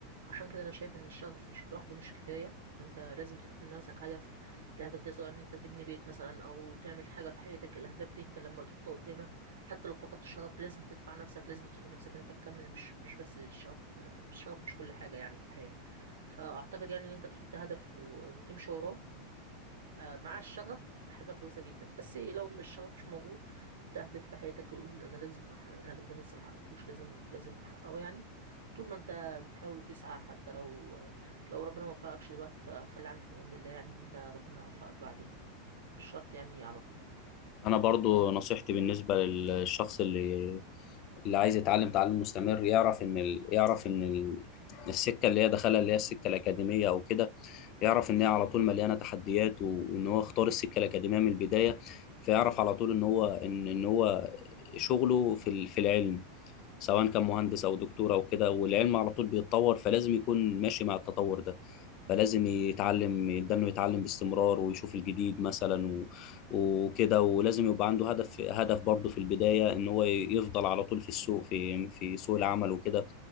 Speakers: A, on the right; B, on the left.
A: عشان كده انا شايف ان الشغف مش لوحده مش كفايه فانت لازم تحط لنفسك هدف الهدف ده سواء ان انت تبني بيت مثلا او تعمل حاجه في حياتك الاهداف دي انت لما تحطها قدامك حتى لو فقدت الشغف لازم تدفع نفسك لازم تسوق نفسك ان انت تكمل مش مش بس الشغف الشغف مش كل حاجه يعني في الحياه فاعتقد يعني ان انت تحط هدف و- وتمشي وراه آه، مع الشغف حاجة كويسة جدا بس لو مش الشغف مش موجود حط هدف في حياتك يقول أنا لازم أحقق الهدف ده أنا لسه محققتوش لازم لازم أحققه يعني طول ما أنت بتحاول وتسعى حتى لو لو ربنا ما وفقكش دلوقتي فخلي عندك إيمان بالله يعني إن أنت ربنا يوفقك بعدين مش شرط يعني على طول
B: انا برضو نصيحتي بالنسبه للشخص اللي اللي عايز يتعلم تعلم مستمر يعرف ان ال... يعرف ان ال... السكه اللي هي دخلها اللي هي السكه الاكاديميه او كده يعرف ان هي على طول مليانه تحديات و... وان هو اختار السكه الاكاديميه من البدايه فيعرف على طول ان هو ان ان هو شغله في ال... في العلم سواء كان مهندس او دكتور او كده والعلم على طول بيتطور فلازم يكون ماشي مع التطور ده فلازم يتعلم يبدأ انه يتعلم باستمرار ويشوف الجديد مثلا و... وكده ولازم يبقى عنده هدف هدف برضه في البداية ان هو يفضل على طول في السوق في في سوق العمل وكده